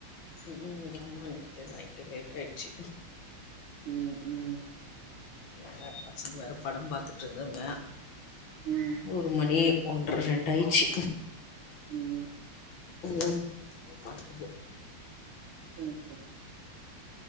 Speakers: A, on the left; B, on the right.
A: ம் ம் ஆமா நேத்து நைட்டு் லேட் ஆயிர்ச்சி
B: ம் ம்
A: எப்ப பசங்க வேற படம் பாத்துட்ருந்தாங்க
B: ம்
A: ஒரு மணி ஒன்ற ரெண்டாயிச்சி
B: ம்
A: ம் படுக்குது
B: செரி செரி